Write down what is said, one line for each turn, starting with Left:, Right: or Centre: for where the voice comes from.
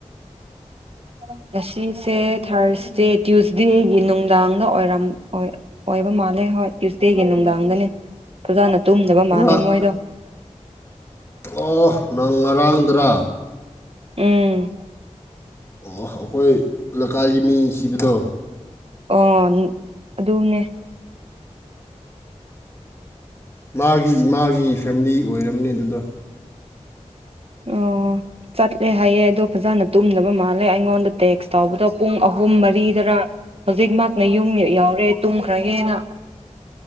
Right: ꯎꯝ ꯉꯁꯤꯁꯦ ꯊꯥꯔꯁꯗꯦ ꯇ꯭ꯌꯨꯁꯗꯦꯒꯤ ꯅꯨꯡꯗꯥꯡꯗ ꯑꯣꯏꯔꯝ ꯑꯣꯏꯕ ꯃꯥꯜꯂꯦ ꯍꯣꯏ ꯇ꯭ꯌꯨꯁꯗꯦꯒꯤ ꯅꯨꯡꯗꯥꯡꯗꯅꯦ ꯐꯖꯥꯅ ꯇꯨꯝꯗꯕ
Left: ꯉꯔꯥꯡ
Right: ꯃꯥꯜꯂꯦ ꯃꯣꯏꯗꯣ
Left: ꯑꯣ ꯅꯪ ꯉꯔꯥꯡꯗꯔꯥ
Right: ꯎꯝ
Left: ꯑꯩꯈꯣꯏ ꯂꯩꯀꯥꯏꯒꯤ ꯃꯤ ꯁꯤꯕꯗꯣ
Right: ꯑꯣ ꯑꯗꯨꯅꯦ
Left: ꯃꯥꯒꯤ ꯏꯃꯥꯒꯤ ꯐꯦꯝꯂꯤ ꯑꯣꯏꯔꯝꯅꯤ ꯑꯗꯨꯗ
Right: ꯑꯣ ꯆꯠꯂꯦ ꯍꯥꯏꯌꯦꯦ ꯑꯗꯣ ꯐꯖꯅ ꯇꯨꯝꯅꯕ ꯃꯥꯜꯂꯦ ꯑꯩꯉꯣꯟꯗ ꯇꯦꯛꯁ ꯇꯧꯕꯗꯣ ꯄꯨꯡ ꯑꯍꯨꯝ ꯃꯔꯤꯗꯔꯥ ꯍꯧꯖꯤꯛ ꯃꯥꯅ ꯌꯨꯝ ꯌꯥꯎꯔꯦ ꯇꯨꯝꯈ꯭ꯔꯒꯦꯟꯅ